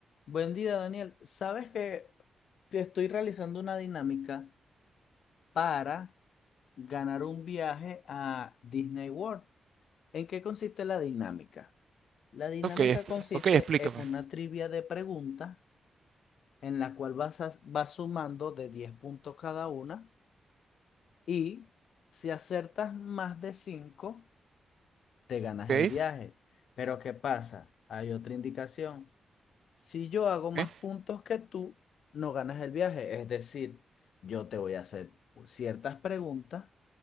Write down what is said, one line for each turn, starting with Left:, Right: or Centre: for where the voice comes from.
Left: Buen día, Daniel. Sabes que te estoy realizando una dinámica para ganar un viaje a Disney World. ¿En qué consiste la dinámica? La dinámica
Right: Ok, es-
Left: consiste
Right: ok, explícame.
Left: en una trivia de preguntas en la cual vas, a- vas sumando de 10 puntos cada una y si acertas más de 5 te ganas
Right: Ok,
Left: el viaje. Pero ¿qué pasa? Hay otra indicación. Si yo hago más
Right: ok.
Left: puntos que tú, no ganas el viaje. Es decir, yo te voy a hacer ciertas preguntas